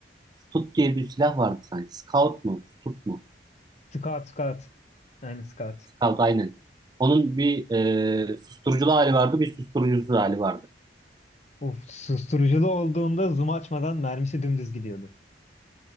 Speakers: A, on the right (about 20°); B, on the left (about 40°).
A: Tut diye bir silah vardı sanki. Scout mu? Tut mu?
B: Scout Scout. Aynen Scout.
A: Scout aynen. Onun bir e, susturuculu hali vardı, bir susturucusuz hali vardı.
B: Uf, susturuculu olduğunda zoom açmadan mermisi dümdüz gidiyordu.